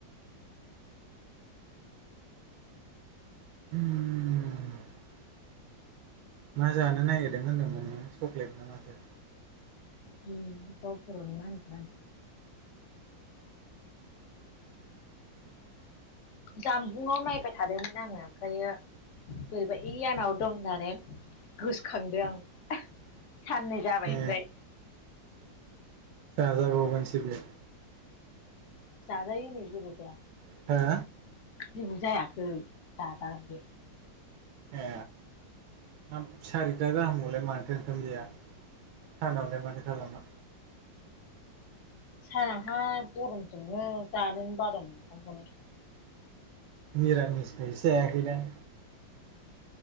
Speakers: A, on the right; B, on the left.
A: उम मा जानो नागिरदों होनदोंमोन नोङो चक्लेट ना माथो
B: उम बेखौबा बर'नि मा होनगोन
A: <inaudible>
B: जानबुंआव नायबाय थादोंमोन आङो ओमफ्रायो बोरैबा इयानाव दं होननानै गोसोखांदों आं साननै जाबाय
A: ए
B: ओमफ्राय
A: जाजाबावगोनसै बे
B: जाजायो नै जेबो जाया
A: हो
B: जेबो जायाखै जा जायो
A: ए हा सारिथा गाहामआवलाय मानोथो ओंखाम जाया। सानावलाय माथो खालामा
B: सानावहा गरमजोंनो जानोनो बादों ओंखामखौनो
A: मिरामिसखायसो जायाखैदां